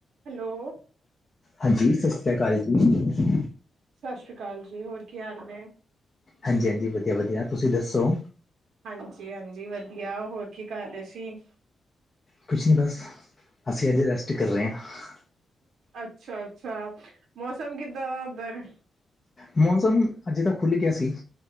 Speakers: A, on the right; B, on the left.
A: Hello.
B: ਹਾਂਜੀ, ਸਤਿ ਸ਼੍ਰੀ ਅਕਾਲ ਜੀ।
A: ਸਤਿ ਸ਼੍ਰੀ ਅਕਾਲ ਜੀ, ਹੋਰ ਕੀ ਹਾਲ ਨੇ?
B: ਹਾਂਜੀ ਹਾਂਜੀ, ਵਧੀਆ ਵਧੀਆ, ਤੁਸੀਂ ਦੱਸੋ?
A: ਹਾਂਜੀ -ਹਾਂਜੀ ਵਧੀਆ, ਹੋਰ ਕੀ ਕਰ ਰਹੇ ਸੀ?
B: ਕੁਛ ਨਹੀਂ ਬਸ, ਅਸੀਂ ਅੱਜ ਰੈਸਟ ਕਰ ਰਹੇ ਹਾਂ।
A: ਅੱਛਾ ਅੱਛਾ, ਮੌਸਮ ਕਿੱਦਾਂ ਵਾ ਉਧਰ?
B: ਮੌਸਮ, ਅੱਜੇ ਤੱਕ ਖੁੱਲ ਗਿਆ ਸੀ।